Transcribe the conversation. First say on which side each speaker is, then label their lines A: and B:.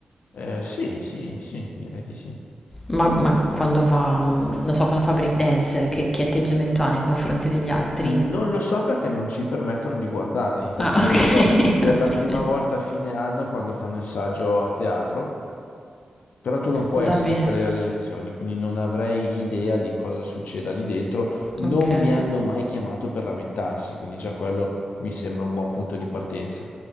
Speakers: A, on the left; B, on the left.
A: Eh, sì, sì, sì, direi di sì.
B: Ma, ma quando va, mm, non so, quando fa breakdance, che, che atteggiamento ha nei confronti degli altri?
A: Non lo so perché non ci permettono di guardarli, infatti
B: Ah,
A: lo
B: ok.
A: vedrò
B: <laughs>
A: per la prima volta a fine anno quando fanno il saggio a teatro, però tu non puoi
B: Va
A: assistere
B: bene.
A: alle lezioni, quindi non avrei idea di cosa succeda lì dentro, non
B: Vabbè, ok.
A: mi hanno mai chiamato per lamentarsi, quindi già quello mi sembra un buon punto di partenza.